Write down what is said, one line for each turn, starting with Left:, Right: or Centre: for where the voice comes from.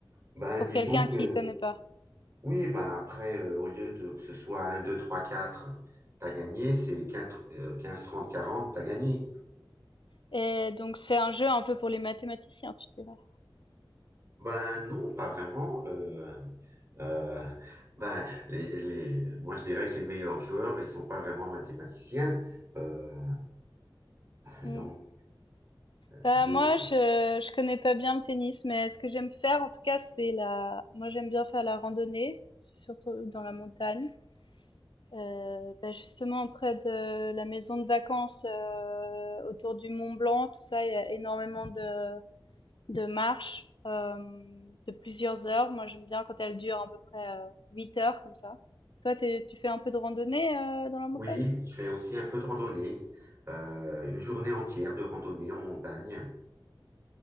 Right: ben,
Left: pour
Right: disons
Left: quelqu'un
Right: que
Left: qui connaît pas.
Right: Oui, ben après, euh, au lieu de que ce soit un 2 3 4 t'as gagné, c'est 15 euh, 15, 30, 40, t'as gagné.
Left: Et donc, c'est un jeu un peu pour les mathématiciens, tu dirais.
Right: Ben non, pas vraiment. euh, euh, ben, les, les- moi, je dirais que les meilleurs joueurs, ils sont pas vraiment mathématiciens. euh,
Left: Hmm.
Right: donc,
Left: Bah,
Right: mais
Left: moi, je, je connais pas bien le tennis, mais ce que j'aime faire, en tout cas, c'est la, moi, j'aime bien faire la randonnée, surtout dans la montagne. Euh, bah, justement, près de la maison de vacances, euh, autour du Mont Blanc, tout ça, il y a énormément de de marche euh, de plusieurs heures. Moi, j'aime bien quand elle dure à peu près euh, 8 heures comme ça. Toi, t'es- tu fais un peu de randonnée euh, dans la montagne?
Right: oui, je fais aussi un peu de randonnée. euh, une journée entière de randonnée en montagne.